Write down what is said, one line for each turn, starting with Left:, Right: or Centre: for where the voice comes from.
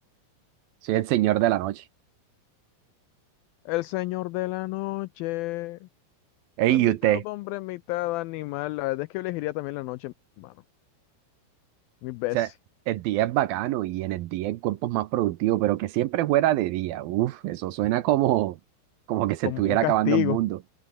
Right: Soy el señor de la noche.
Left: El señor de la noche.
Right: Ey,
Left: Soy mitad
Right: ¿y usted?
Left: hombre, mitad animal. La verdad es que yo elegiría también la noche, hermano. Mis veces.
Right: O sea, el día es bacano y en el día el cuerpo es más productivo, pero que siempre fuera de día. Uf, eso suena como, como que se
Left: Como
Right: estuviera
Left: un castigo.
Right: acabando el mundo.